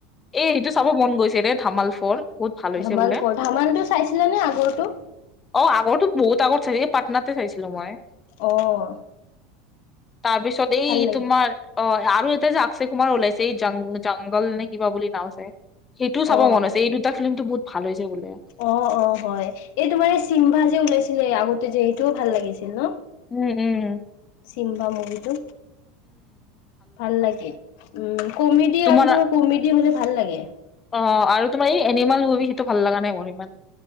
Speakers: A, on the left (about 15°); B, on the left (about 60°).
A: এ সেইটো চাব মন গৈছে বে ধামাল ফৰ বহুত ভাল হৈছে
B: ধামাল
A: বোলে।
B: ফ'ৰ ধামাল টু চাইছিলে নে আগৰটো?
A: অ, আগৰটো বহুত আগত চাইছিল পাটনাতে চাইছিলো মই।
B: অহ',
A: তাৰপিছত এই
B: লাগে
A: তোমাৰ অ, আৰু এটা যে অক্ষয় কুমাৰ ওলাইছে এই জংঘল নে কিবা বুলি নাম আছে সেইটোও চাব
B: অ
A: মনছে এই দুটা ফিল্মতটো বহুত ভাল হৈছে বোলে।
B: অ', অ', হয় এই তোমাৰ এই চিমভা যে ওলাইছিলে আগতে যে সেইটোও ভাল লাগিছিল ন।
A: উম - উম।
B: চিমভা মুগীটো। ভাল লাগে উম, কমেডি
A: তোমাৰ
B: আৰু ধৰ কমেডি হলে ভাল লাগে।
A: অ, আৰু তোমাৰ এই এনিমেল মুভি সেইটো ভাল লগা নাই মোৰ ইমান।